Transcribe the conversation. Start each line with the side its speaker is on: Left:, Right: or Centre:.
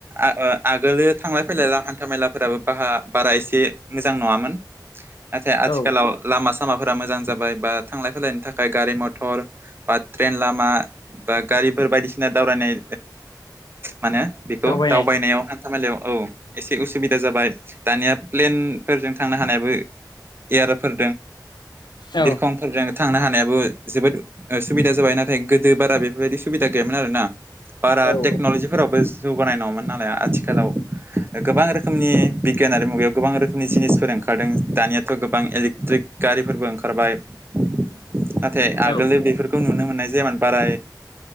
Right: आ ओ आगोलो थांलाय फैलाय हान्था मेलाफोराबो बाहा बारा एसे मोजां नङामोन। नाथाय आथिखालाव
Left: औ
Right: लामा सामाफोरा मोजां जाबाय बा थांलाय फैलायनि थाखाय गारि मथर बा ट्रेन लामा बा गारिफोर बायदि दावरायनाय माने बेखौ
Left: दावबायनाय
Right: दावबायनायाव धामेलायाव औ एसे उसुबिदा जाबाय दानिया प्लेन फोरजों थांनो हानायाबो एयारफोर
Left: औ
Right: बिरखं फोरजों थांनो हानायाबो जोबोद सुबुबिदा जाबाय नाथाय गोदो बारा बेफोरबायदि सुबिदा गैयामोन आरोना। बारा
Left: औ औ
Right: टेक्न'लजिफोरावबो जौगानाय नङामोन नालाय आथिखालाव गोबां रोखोमनि बिगियानारि मुगायाव गोबां रोखोमनि जिनिसफोर ओंखारदों। दानियाथ' गोबां इलेक्ट्रिक गारिफोरबो ओंखारबाय नाथाय
Left: औ
Right: आगोल बेफोर खौ नुनो मोननाय जायामोन बारा